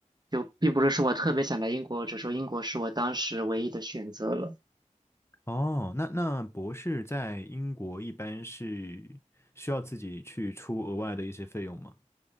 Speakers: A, on the right; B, on the left.
A: 就并不是说我特别想来英国，只是说英国是我当时唯一的选择了。
B: 哦，那那博士在英国一般是需要自己去出额外的一些费用吗？